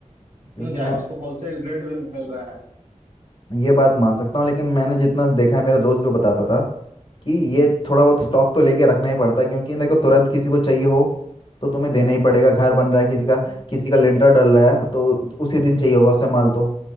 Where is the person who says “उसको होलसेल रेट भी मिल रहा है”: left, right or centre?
Right